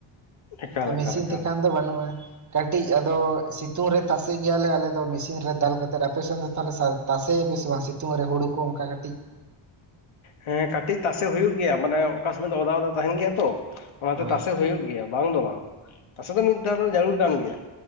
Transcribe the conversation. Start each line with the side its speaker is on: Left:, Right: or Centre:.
Left: ᱮᱠᱟᱞ
Right: ᱢᱮᱥᱤᱱ
Left: ᱮᱠᱟᱞ ᱮᱠᱟᱞ
Right: ᱛᱮᱠᱷᱟᱱ ᱫᱚ ᱵᱟᱹᱱᱩᱜᱼᱟ᱾ ᱠᱟᱹᱴᱤᱡ ᱟᱫᱚ ᱥᱤᱛᱩᱝ ᱨᱮ ᱛᱟᱥᱮ ᱜᱮᱭᱟᱞᱮ ᱟᱞᱮ ᱫᱚ ᱢᱮᱥᱤᱱ ᱨᱮ ᱫᱟᱞ ᱠᱟᱛᱮᱫ ᱟᱯᱮᱥᱮᱱ ᱫᱚ ᱛᱟᱦᱚᱞᱮ ᱥᱟ ᱛᱟᱥᱮ ᱭᱟᱯᱮ ᱥᱮ ᱵᱟᱝ ᱥᱤᱛᱩᱝ ᱨᱮ ᱦᱩᱲᱩ ᱠᱚ ᱚᱱᱠᱟ ᱠᱟᱹᱴᱤᱡ?
Left: ᱦᱮᱸ ᱠᱟᱹᱴᱤᱡ ᱛᱟᱥᱮ ᱦᱩᱭᱩᱜ ᱜᱮᱭᱟ ᱢᱟᱱᱮ ᱚᱠᱟ ᱥᱩᱢᱚᱭ ᱫᱚ ᱚᱫᱟ ᱚᱫᱟ ᱛᱟᱦᱮᱱ ᱜᱮᱭᱟ ᱛᱚ ᱚᱱᱟᱛᱮ
Right: ᱦᱳᱭ
Left: ᱛᱟᱥᱮ ᱦᱩᱭᱩᱜ ᱜᱮᱭᱟ᱾ ᱵᱟᱝ ᱫᱚ ᱵᱟᱝ ᱛᱟᱥᱮ ᱫᱚ ᱢᱤᱫ ᱫᱷᱟᱣ ᱫᱚ ᱡᱟᱹᱨᱩᱲ ᱠᱟᱱ ᱜᱮᱭᱟ᱾